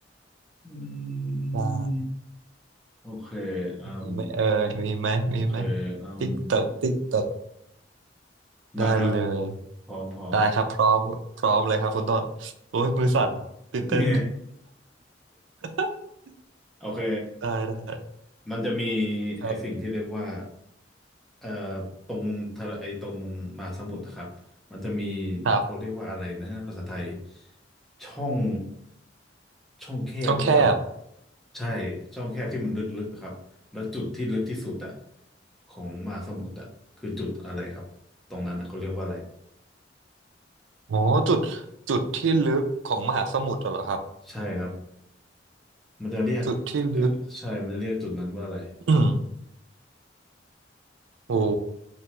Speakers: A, in the centre; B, on the right.
A: อืม
B: <laughs> ได้
A: โอเคอืม
B: มีไหมเอ่ยมีไหมมีไหม
A: โอเคอืม
B: ติ๊กตอกติ๊กตอกได้เลย
A: มาครับ พร้อมพร้อม
B: ได้ครับพร้อมพร้อมเลยครับคุณต้นโอ้ยมือสั่นตื่นเต้น
A: <laughs> อ่ะ <laughs>
B: <laughs>
A: โอเค
B: ได้ได้
A: มันจะมี
B: ครับ
A: ไอ้สิ่งที่เรียกว่าเอ่อตรงทะเลไอ้ตรงมหาสมุทรนะครับมันจะมี
B: ครับ
A: เขาเรียกว่าอะไรนะภาษาไทย ช่อง ช่องแคบหรือเปล่า
B: ช่องแคบ
A: ใช่ช่องแคบที่มันลึกๆอะครับแล้วจุดที่ลึกที่สุดอะของมหาสมุทรอะคือจุดอะไรครับตรงนั้นอะเขาเรียกว่าอะไร
B: โอ้จุดจุดที่ลึกของมหาสมุทรเหรอครับ
A: ใช่ครับ มันจะเรียกเอ่อใช่มันจะเรียกจุดนั้นว่าอะไร
B: จุดที่ลึกอืมโอ้